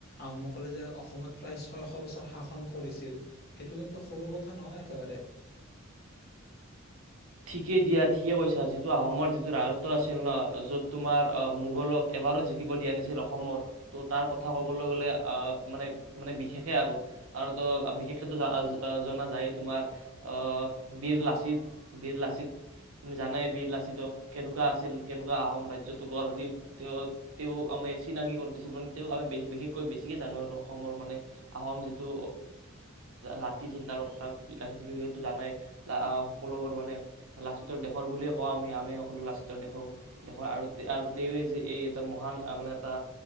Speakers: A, on the left (about 50°); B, on the right (about 80°).
A: আহোম সকলে যে অসমত প্ৰায় ছয়শ বছৰ শাসন কৰিছিল সেইটো কিন্তু সৰু কথা নহয় একেবাৰে
B: ঠিকেই দিয়া, ঠিকেই কৈছা যিটো আহোমৰ যিটো ৰাজত্ব আছিল ন, য'ত তোমাৰ আহ, মোগলক এবাৰো জিকিব দিয়া নাছিল অসমত, ত' তাৰ কথা কবলৈ গলে আহ মানে মানে বিশেষে আৰু আৰু ত বিশেষকে জনা যায় তোমাৰ আহ বীৰ লাচিত বীৰ লাচিত, তুমি জানাই বীৰ লাচিতক কেনেকুৱা আছিল, কেনেকুৱা আহোম ৰাজ্যটো গঢ় দি তেওঁ তেওঁ আমি চিনাকি কৰি দিছিল মানে তেওঁক আমি বিশেষকৈ বেছিকৈ জানো আৰু অসমৰ মানে আহোম যিটো জাতিছিল তাৰ কথা বীৰ লাচিতৰ বিষয়ো জানাই সকলোবোৰ ভবানে, লাচিতৰ দেশৰ বুলি কওঁ আমি সকলো লাচিতৰ দেশৰ আৰু তেওঁ। এই এটা মহান মানে এটা